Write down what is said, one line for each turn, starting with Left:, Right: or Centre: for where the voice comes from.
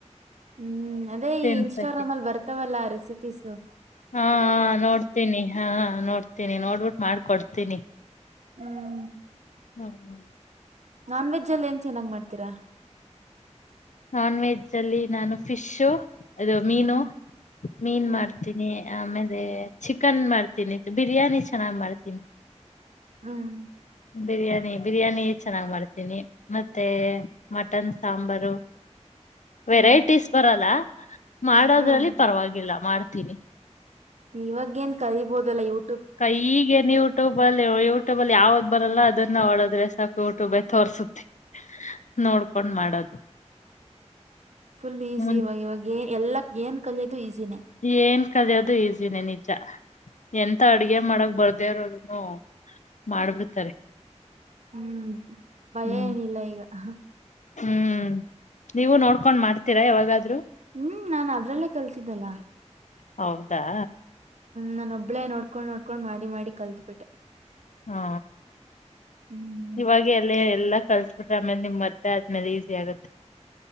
Right: ಹ್ಮ್ ಅದೇ
Left: ತಿನ್ಸಕ್ಕೆ
Right: ಈ ಇನ್ಸ್ಟಾಗ್ರಾಮ್ ಅಲ್ಲಿ ಬರ್ತವಲ್ಲ ಅ ರೀ ಸಿ ಪಿಸು
Left: ಹಾ ನೋಡ್ತೀನಿ ಹಾ ನೋಡ್ತಿ ತೀನಿ ನೋಡ್ಬಿಟ್ಟು ಮಾಡಕೊಡ್ತೀನಿ
Right: ಹ್ಮ್
Left: ಹ್ಮ್ ಹ್ಮ್
Right: ನಾನ್ ವಜ್ ಅ ಏನ್ ಚೆನ್ನಾಗ್ ಮಾಡ್ೀರಾ
Left: ನಾನ್ ವೆಜ್ ಅಲ್ಲಿ ನಾನು ಫಿಶು ಅದು ಮೀನು
Right: ಹ್ಮ್
Left: ಮೀನು
Right: ಹ್ಮ್
Left: ಮಾಡ್ತೀನಿ ಆಮೇಲೆ ಚಿಕನ್ ಮಾಡ್ತೀನಿ ಬಿರಿಯಾನಿ ಚೆನ್ನಾಗ್ ಮಾಡ್ತೀನಿ
Right: ಹ್ಮ್
Left: ಬಿರಿಯಾನಿ ಬಿರಿಯಾನಿ ಚೆನ್ನಾಗಿ ಮಾಡ್ತೀನಿ ಮತ್ತೆ ಮಟನ್ ಸಾಂಬಾರು ವೆರೈಟೀಸ್
Right: ಹ್ಮ್
Left: ಬರಲ್ಲ ಮಾಡೋದ್ರಲ್ಲಿ
Right: ಹ್ಮ್
Left: ಪರವಾಗಿಲ್ಲ ಮಾಡ್ <unintelligible>
Right: ಇವಾಗ ಏನ್ ಕಲಿಬೋದಲ್ಲ ಊ
Left: ಕೈಗೆ ನೀವುಟು ಬಲ್ ಯೂಟ್ಯೂಬಲ್ಲಿ ಯಾವ್ದ್ ಬರಲ್ಲ ಅದನ್ನ ಹೊಡದ್ರೆ ಸಾಕು ಯೂಟ್ಯೂಬೇ ತೋರ್ಸುತ್ತೆ ನೋಡ್ಕೊಂಡ್ ಮಾಡೋದು
Right: ಫುಲ್ ಈಸಿ
Left: ಮು
Right: ಇವಾಗ ಇವಾಗ ಏ ಎಲ್ಲಕ್ ಏನ್ ಕಲಿಯೋದು ಈಸಿನೇ
Left: ಏನ್ ಕಲಿಯೋದು ಈಸಿನೇ ನಿಜ ಎಂತ ಅಡ್ಗೆ ಮಾಡಕ್ ಬರ್ದೇರದನು ಮಾಡ್ಬಿಟ್ಟ
Right: ಹ್ಮ್ ಭಯ
Left: ಹ್ಮ್
Right: ಏನಿಲ್ಲ ಈಗ ಹಹ
Left: ಹ್ಮ್ ನೀವು ನೋಡ್ಕೊಂಡ್ ಮಾಡ್ತೀರಾ ಯಾವಾಗಾದ್ೂ
Right: ಹ್ಮ್ ನಾನ್ ಅದ್ರಲ್ಲೇ ಕಲ್ತಿದ್ದಲ್ಲ
Left: ಹೌದಾ
Right: ನ ಒಬ್ಳೇ ನೋಡ್ಕೊಂಡು ನೋಡ್ಕೊಂಡ್ ಮಾಡಿ ಡಿ ಮಾಡಿ ಕಲ್ದ ಬಿಟ್ಟೆ
Left: ಹಾ
Right: ಹ್ಮ್
Left: ಇವಾಗ ಎಲ್ಲ ಎಲ್ಲ ಕಸ ಆಮೇಲೆ ನಿಮ್ ಮತ್ತೆ ಆದ್ಮೇಲೆ ತ್ಯಾಗತ್